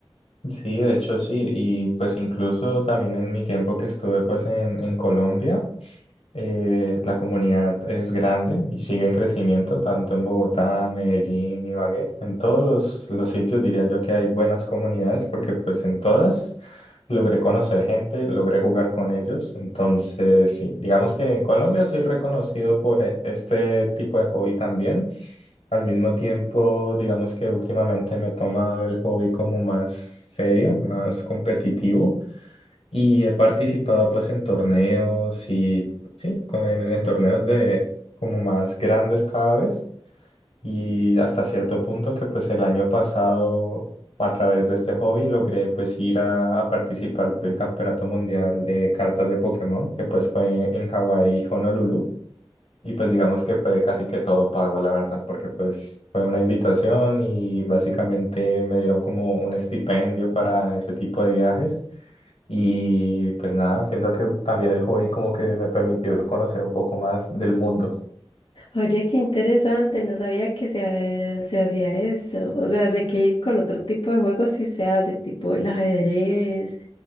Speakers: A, on the left; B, on the left.
A: Sí, de hecho sí, y pues incluso también en mi tiempo que estuve pues en, en Colombia, Eh, la comunidad es grande y sigue en crecimiento, tanto en Bogotá, Medellín, Ibagué. En todos los, los sitios diría yo que hay buenas comunidades porque pues en todas logré conocer gente, logré jugar con ellos. Entonces, sí, digamos que en Colombia soy reconocido por eh, este tipo de hobby también. Al mismo tiempo, digamos que últimamente me he tomado el hobby como más serio, más competitivo. Y he participado pues en torneos y sí, con- en, en torneos de como más grandes cada vez y hasta cierto punto que pues el año pasado a través de este hobby logré pues ir a, a participar del Campeonato Mundial de Cartas de Pokémon que pues fue en Hawái, Honolulu y pues digamos que fue casi que todo pago la verdad porque pues fue una invitación y básicamente me dieron como un estipendio para ese tipo de viajes. Y pues nada, siento que también el hobby como que me permitió conocer un poco más del mundo.
B: Oye, qué interesante, no sabía que se, ha- se hacía eso. O sea, sé que con otro tipo de juegos sí se hace, tipo el ajedrez.